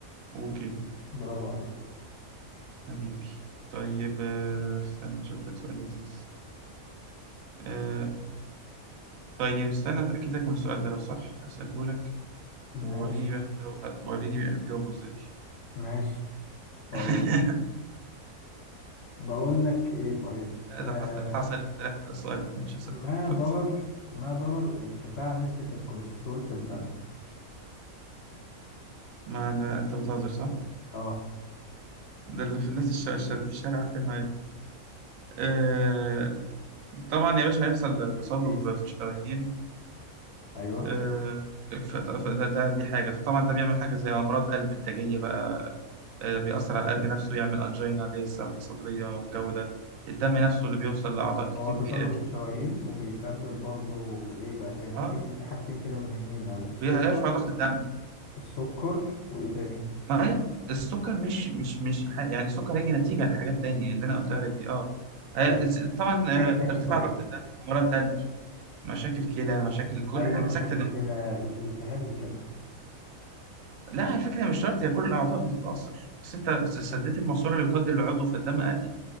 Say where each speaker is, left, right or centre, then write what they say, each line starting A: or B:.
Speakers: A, on the right; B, on the left.
A: اوكي
B: برافو عليك
A: حبيبي طيب آه، استنى اشوف لك سؤال لذيذ آه، طيب استنى اتاكد لك من السؤال ده لو صح هساله لك
B: ماشي
A: ووريني بقى هتجاوب هت- وريني بقى هتجاوبه ازاي
B: ماشي طيب
A: <laughs>
B: بقول لك إيه طيب
A: لا
B: آه
A: ده حصل حصل اختلاف على السؤال ده فمش هسأله
B: ما
A: خلاص
B: ضرر
A: حصل
B: ما ضرر ارتفاع نسبة الكوليسترول في الدم
A: ما ده انت بتهزر صح؟
B: اه
A: ده اللي في الناس الش- الش- اللي في الشارع عارفينها عادي آه... طبعا يا باشا هيحصل
B: بي-
A: تصلب
B: بيس
A: في الشرايين
B: أيوه
A: آه... ف- ف- ده, ده دي حاجة فطبعا ده بيعمل حاجة زي أمراض قلب التاجية بقى آه... بيأثر على القلب نفسه يعمل أنجينا اللي هي الساحة الصدرية والجو ده الدم نفسه اللي بيوصل لأعضاء كتير
B: هو تصلب
A: بيقل
B: الشرايين وبيسبب برضو إيه بقى تاني
A: اه
B: في في حاجتين كده مهمين أوي السكر
A: بيرفع ضغط الدم
B: السكر وإيه تاني
A: ما هي السكر مش مش مش ح- يعني السكر هيجي نتيجة لحاجات تانية اللي أنا قلتها لك دي أه هي-
B: وفي
A: س- طبعا آه،
B: حاجة تاني
A: ارتفاع
B: طيب
A: ضغط الدم أمراض قلب مشاكل كلى مشاكل كل
B: أيوه
A: حاجة
B: مشاكل
A: سكتة دم
B: كلى ال- التهاب الكلى
A: لا الفكرة مش شرط هي كل الأعضاء بتتأثر بس أنت بس سديت الماسورة اللي بتودي للعضو فالدم قل